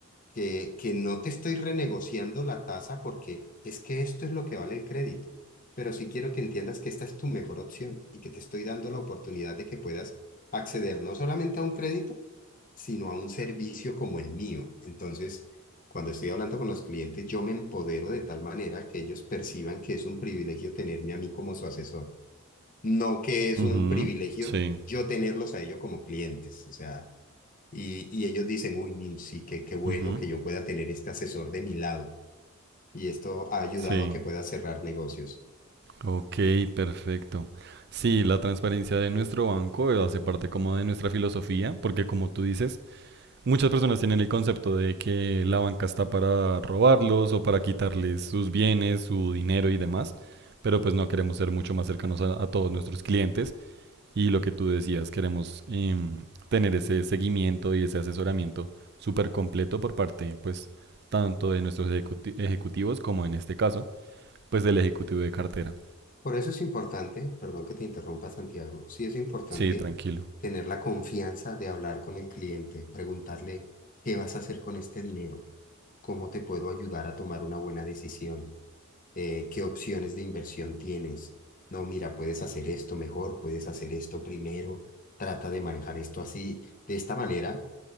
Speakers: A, on the left (about 35°); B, on the right (about 45°).
A: que, que no te estoy renegociando la tasa porque es que esto es lo que vale el crédito, pero sí quiero que entiendas que esta es tu mejor opción y que te estoy dando la oportunidad de que puedas acceder no solamente a un crédito, sino a un servicio como el mío. Entonces, cuando estoy hablando con los clientes, yo me empodero de tal manera que ellos perciban que es un privilegio tenerme a mí como su asesor, no que es
B: ujú,
A: un privilegio
B: Sí.
A: yo tenerlos a ellos como clientes. O sea, y, y ellos dicen, uy, ni sí, qué, qué bueno
B: ujú.
A: que yo pueda tener este asesor de mi lado. Y esto ha ayudado
B: Sí,
A: a que pueda cerrar negocios.
B: Ok, perfecto. Sí, la transparencia de nuestro banco eh, hace parte como de nuestra filosofía, porque como tú dices, muchas personas tienen el concepto de que la banca está para robarlos o para quitarles sus bienes, su dinero y demás, pero pues no queremos ser mucho más cercanos a, a todos nuestros clientes y lo que tú decías, queremos em, tener ese seguimiento y ese asesoramiento súper completo por parte pues tanto de nuestros ejecuti- ejecutivos como en este caso pues del ejecutivo de cartera.
A: Por eso es importante, perdón que te interrumpa, Santiago, sí es importante
B: Sí, tranquilo.
A: tener la confianza de hablar con el cliente, preguntarle, ¿qué vas a hacer con este dinero? ¿Cómo te puedo ayudar a tomar una buena decisión? Eh, ¿qué opciones de inversión tienes? No, mira, puedes hacer esto mejor, puedes hacer esto primero, trata de manejar esto así. De esta manera